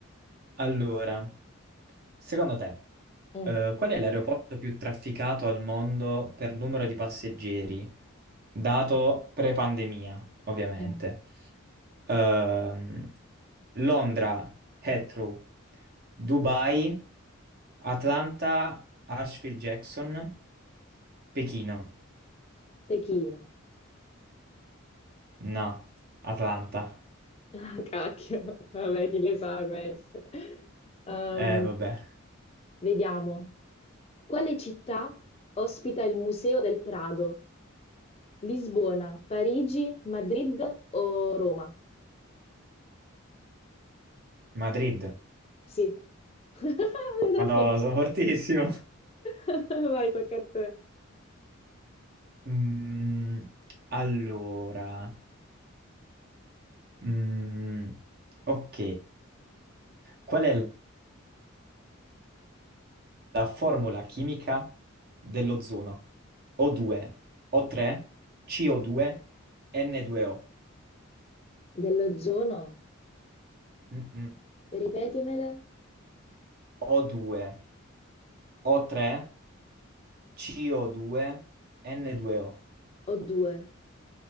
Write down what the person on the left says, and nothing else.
mm,
mm.
Pechino.
Ah, cacchio. Vabbè, chi le sa queste. Ehm,
vediamo. Quale città ospita il Museo del Prado? Lisbona, Parigi, Madrid o Roma?
Sì. <laughs> Sei troppo
brava. <laughs> Vai, tocca a te.
Dell'ozono,
ripetimele.
O2.